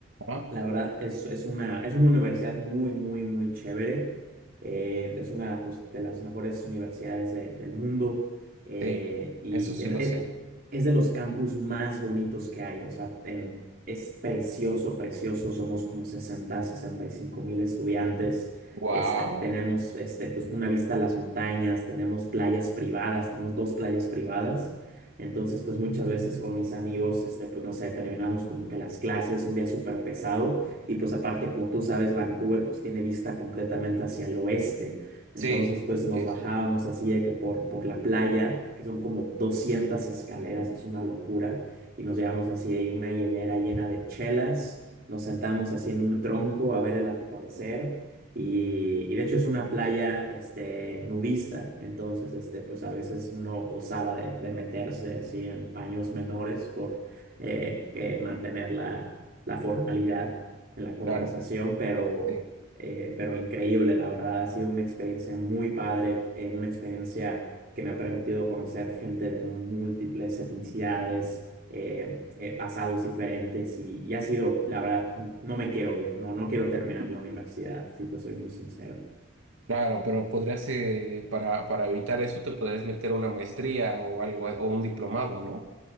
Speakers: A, on the right (about 80°); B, on the right (about 50°).
A: Ah,
B: La verdad, es, es una, es una universidad muy, muy, muy chévere. Eh, es una pues, de las mejores universidades de- del mundo eh,
A: Sí,
B: y
A: eso sí
B: es,
A: lo
B: es-
A: sé.
B: es de los campus más bonitos que hay. O sea, en- es precioso, precioso. Somos como sesenta sesenta y cinco mil estudiantes.
A: Wow.
B: Este, tenemos este, pues, una vista a las montañas, tenemos playas privadas, tenemos dos playas privadas entonces, pues muchas veces con mis amigos, este, pues no sé, terminamos como que las clases un día súper pesado y pues aparte, como tú sabes, Vancouver pues tiene vista completamente hacia el oeste. Entonces,
A: Sí,
B: pues nos
A: sí,
B: bajábamos
A: sí,
B: así de que por, por la playa, que son como 200 escaleras, es una locura, y nos llevamos así ahí una hielera llena de chelas, nos sentamos así en un tronco a ver el atardecer y, y de hecho es una playa este, nudista, entonces este, pues a veces uno osaba de, de meterse así en paños menores por eh, eh, mantener la, la formalidad en la conversación,
A: claro,
B: pero,
A: sí,
B: eh, pero increíble, la verdad, ha sido una experiencia muy padre, eh, una experiencia que me ha permitido conocer gente de múltiples etnicidades, eh, eh, pasados diferentes y, y ha sido, la verdad, no me quiero ir, no, no quiero terminar la universidad, si te soy muy sincero.
A: claro, pero podrías, eh, para, para evitar eso, te podrías meter una maestría o algo, a- o un diplomado, ¿no?